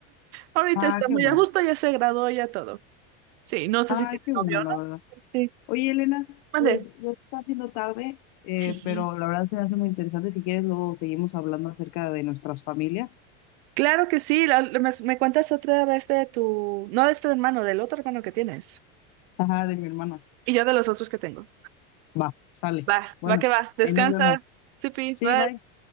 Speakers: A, on the right; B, on the left.
A: Ahorita
B: Ah,
A: está muy
B: qué bueno.
A: a gusto, ya se graduó, ya todo. Sí, no sé
B: Ay,
A: si tiene
B: qué
A: novio
B: bueno, la
A: o no.
B: verdad.
A: Sí.
B: Oye, Elena,
A: Mande.
B: pues ya se está haciendo tarde, eh,
A: Sí.
B: pero la verdad se me hace muy interesante. Si quieres, luego seguimos hablando acerca de nuestras familias.
A: Claro que sí, la- la- me, me cuentas otra vez de tu, no de este hermano, del otro hermano que tienes.
B: Ajá, de mi hermana.
A: Y yo de los otros que tengo.
B: Va, sale.
A: Va,
B: Bueno,
A: va que va. Descansa.
B: ahí nos vemos.
A: Supi,
B: Sí,
A: bye.
B: bye.